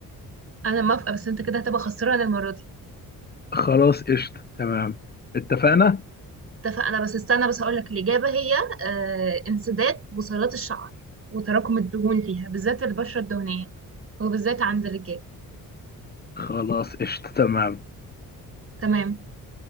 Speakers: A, on the right (about 40°); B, on the left (about 30°).
A: انا موافقة بس انت كده هتبقى خسران المرة دي
B: خلاص قشطة تمام اتفقنا
A: اتفقنا بس استنى بس هقول لك الإجابة هي آه، انسداد بصيلات الشعر وتراكم الدهون فيها بالذات البشرة الدهنية وبالذات عند الرجال
B: خلاص قشطة تمام
A: تمام